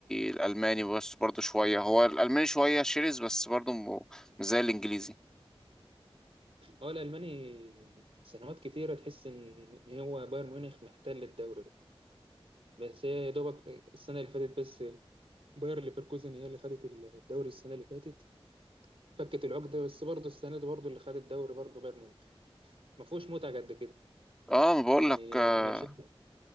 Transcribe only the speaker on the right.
اه الالماني سنوات كتيره تحس ان هو بايرن ميونخ محتل الدوري ده بس هي يا دوبك السنه اللي فاتت بس باير ليفركوزن هي اللي خدت الدوري السنه اللي فاتت فكت العقده بس برضه السنه دي برضه اللي خد الدوري برضه بايرن ميونخ ما فيهوش متعه قد كده
يعني
انا شايف